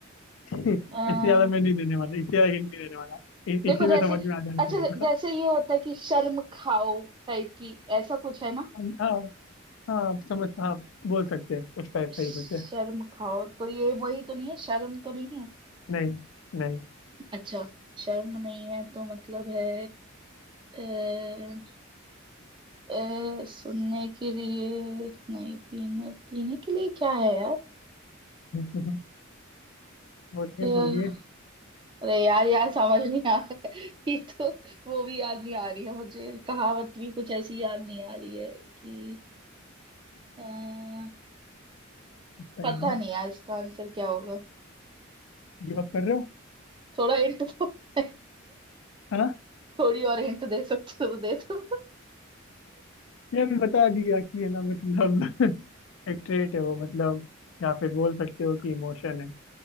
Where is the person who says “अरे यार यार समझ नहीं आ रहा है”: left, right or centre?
Right